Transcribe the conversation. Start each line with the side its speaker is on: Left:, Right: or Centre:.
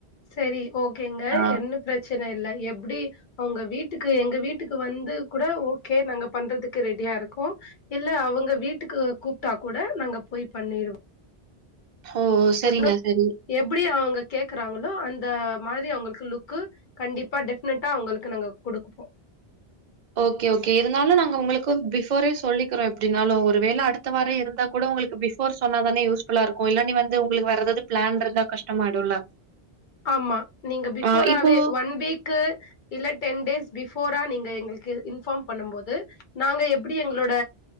Left: செரி ஓகேங்க
Right: ஆ,
Left: என்ன பிரச்சனை இல்ல எப்படி அவங்க வீட்டுக்கு எங்க வீட்டுக்கு வந்து கூட ஓகே நாங்க பண்றதுக்கு ரெடியா இருக்கோம் இல்ல அவங்க வீட்டுக்கு கூப்பிட்டா கூட நாங்க போய் பண்ணிருவோம்
Right: ஓ சரிங்க
Left: ஒண்ணும்
Right: சரி
Left: எப்படி அவங்க கேக்குறாங்களோ அந்த மாதிரி அவங்களுக்கு லுக் கண்டிப்பா டெஃபினட்டா அவங்களுக்கு நாங்க குடுப்போம்
Right: ஓகே ஓகே இருந்தாலும் நாங்க உங்களுக்கு பிஃபோரே சொல்லிக்கிறோம் எப்படின்னாலும் ஒருவேளை அடுத்த வாரம் இருந்தா கூட உங்களுக்கு பிஃபோர் சொன்னாதானே யூஸ்ஃபுல்லா இருக்கும் இல்லான்ன வந்து உங்களுக்கு வர்றது பிளான் இருந்தா கஷ்டமாயிடும்ல
Left: ஆமா நீங்க பிஃபோராவே
Right: ஆ இப்போ
Left: ஒன் வீக்கு இல்ல டென் டேஸ் பிஃபோரா நீங்க எங்களுக்கு இன்ஃபார்ம் பண்ணும் போது நாங்க எப்படி எங்களோட